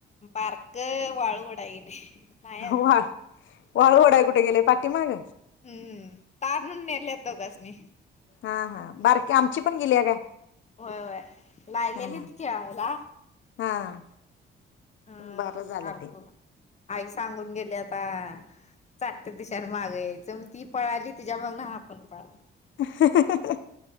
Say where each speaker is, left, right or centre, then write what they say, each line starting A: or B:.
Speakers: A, on the left; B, on the left.
A: बारकं वाळू वढाय गेलय <unintelligible> नाही आजुन
B: वा वाळू ओढाय कुठे गेलय पाठीमाग?
A: हम्म ताट धुवून नेल्यात दोघांसनी
B: हा हा बारकीे आमची पण गेलीया काय?
A: होय होय लागलेली
B: हा
A: खेळायला
B: हा
A: हा
B: बरं झालं
A: हारखून
B: ते
A: आई सांगून गेल्यात हा चाट्ट दिशेन मागे यायचं. ती पळाली तिच्या मागन हा हा पण <unintelligible>
B: <unintelligible>